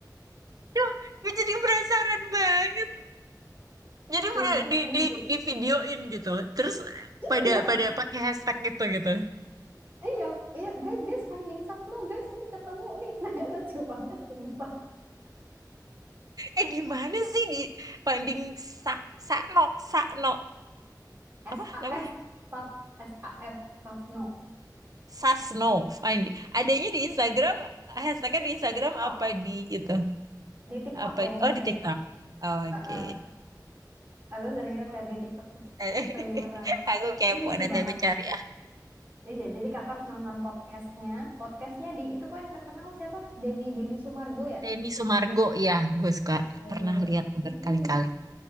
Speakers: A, on the right; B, on the right.
A: Duh, gue jadi penasaran banget. Jadi
B: Coba
A: bener di
B: lucu
A: di di videoin gitu. Terus
B: iya
A: pada pada pakai hashtag gitu gitu.
B: Iya, iya, guys, guys, finding stuff Sapno, guys, ini ketemu nih, <laughs> lucu banget, sumpah.
A: Eh di mana sih di Finding sak Sakno Sakno
B: SAF,
A: apa namanya?
B: Sap, SAF, Sapno,
A: Sasno. Find adanya di Instagram, hashtagnya di Instagram
B: Di TikTok,
A: apa di itu?
B: di TikTok
A: Apa
B: yang
A: oh
B: sering,
A: di TikTok. Oke.
B: Heeh. Aku sering lihat di TikTok tuh,
A: <laughs>
B: keliweran,
A: Aku kepo
B: itu lucu
A: nanti
B: banget.
A: aku cari.
B: Iya, jadi kakak harus nonton podcastnya, podcastnya di, itu kok yang terkenal siapa? Denny, Denny Sumargo ya?
A: Denny Sumargo ya, gue suka
B: Eh,
A: pernah lihat berkali-kali.
B: itu,